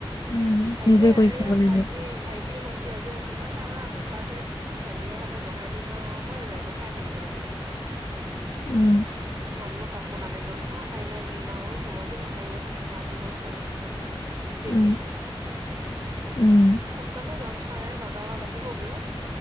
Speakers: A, on the left (about 40°); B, on the right (about 40°).
A: উম
B: সেইটোৱে
A: নিজে কৰি
B: এইয়া
A: খাব
B: ভাইটি
A: লাগিব
B: ভাইটি ভন্টি আজি আ বা তাকা আকৌ ঘৰতে। দলিয়ে ভাতে বহাই দিম আৰু হৈ যাব খাই থাকিবা বুলি কৈছে।
A: উম
B: মই বোলো কাপোৰ নানিলো নহয় কাইলে আনিম আৰু হ'ব দিয়া। কাইলৈ থাকিম বুলি কৈছো আৰু তিনিদিন।
A: উম উম
B: সোনকালে যাম চাৰে নটা মানত আহিব বোলে।